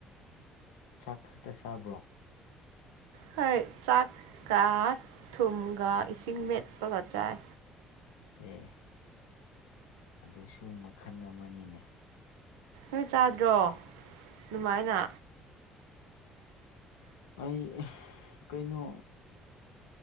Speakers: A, on the left; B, on the right.
A: ꯆꯥꯛ ꯈꯛꯇ ꯆꯥꯕ꯭ꯔꯣ
B: ꯍꯣꯏ ꯆꯥꯛꯀ ꯊꯨꯝꯒ ꯏꯁꯤꯡ ꯃꯦꯠꯄꯒ ꯆꯥꯏ
A: ꯑꯦ ꯑꯗꯨꯁꯨ ꯃꯈꯜ ꯑꯃꯅꯤꯅꯦ
B: ꯣꯏ ꯆꯥꯗ꯭ꯔꯣ ꯑꯗꯨꯃꯥꯏꯅ
A: ꯑꯩ ꯀꯩꯅꯣ